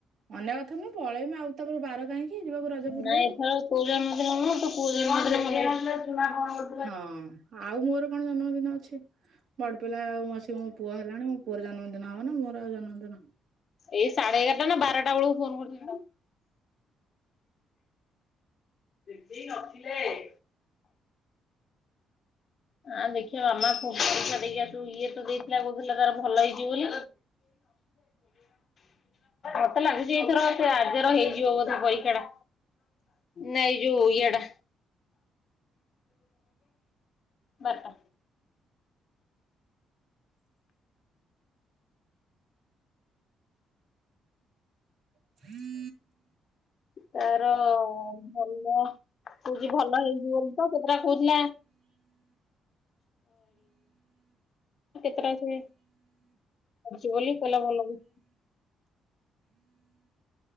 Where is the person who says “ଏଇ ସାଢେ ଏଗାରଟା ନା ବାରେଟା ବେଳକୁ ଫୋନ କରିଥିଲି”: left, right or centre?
Left